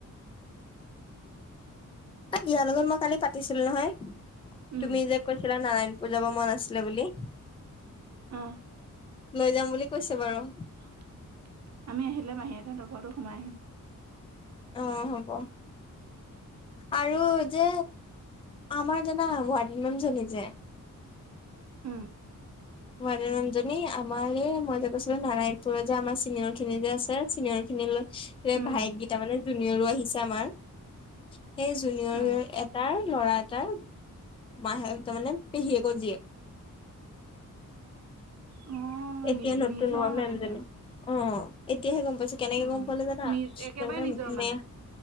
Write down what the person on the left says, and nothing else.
ইয়াৰ লগত মই কালি পাতিছিলো নহয়।
তুমি যে কৈছিলা নাৰায়ণপূজাব মন আছিলে বুলি।
লৈ যাম বুলি কৈছে। বাৰু
অ হ'ব
আৰু যে আমাৰ জাননা ৱাৰ্ডেন মেম জনী যে।
মনোৰন ৰ্জনী আমাৰ এই মই যে কৈছিলো। নাৰায়ণপুৰত যে আমাৰ চিনিয়ৰ খিনি যে আছে। চিনিয়ৰ খিন লগত- যে
ভায়েককেইটাাৰ মানে জুনিয়ৰো আহিছে। আমাৰ সেই জুনিয়ৰ
এটাৰ ল'ৰা এটটা মাহেক তাৰ মানে পেহীয়েক জীয়েক-
এতিয়া
নতুন
হ'ব মেম
জনে
অ এতিয়াহে গম পাইছো। কেনেকে
গম পালে জানা
তাৰ মানে
মে'